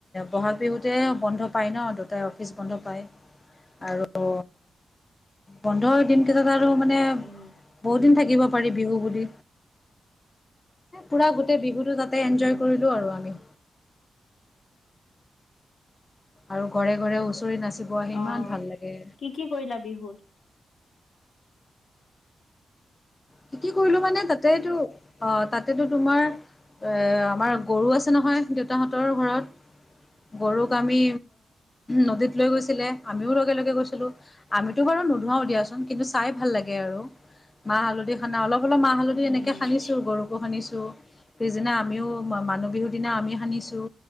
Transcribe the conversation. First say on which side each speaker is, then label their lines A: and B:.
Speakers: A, on the left (about 20°); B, on the left (about 60°).
A: বহাগ বিহুতে বন্ধ পায় ন দুতাই অফিচ বন্ধ পায়। আৰু বন্ধ দিন কেইতাত আৰু মানে বহুত
B: উম
A: দিন থাকিব পাৰি বিহু বুলি পুৰা গোটেই বিহুত তাতে এনজয়
B: উম
A: কৰিলো আৰু আমি। আৰু ঘৰে ঘৰে হুচৰি নাচিব আহে,
B: অ
A: ইিমান ভাল লাগে।
B: কি কি কৰিলা বিহুত?
A: কি কি কৰিলো মানে তাতেটো অ' তাতেতো তোমাৰ এ আমাৰ গৰু আছে নহয় দেউতাহঁতৰ ঘৰত। গৰুক আমি নদীত লৈ গৈছিলে আমিও লগে লগে গৈছিলোঁ। আমিতো বাৰু নোধুৱাও দিয়াচোন কিন্তু চাই ভাল লাগে আৰু মাহ হালধি খানা অলপ অলপ মাহ হালধি এনেকে
B: উম
A: খানিছো গৰুকো খানিছো। পিছদিনা আমিও মানুহ বিহুৰ দিনা আমি সানিছোঁ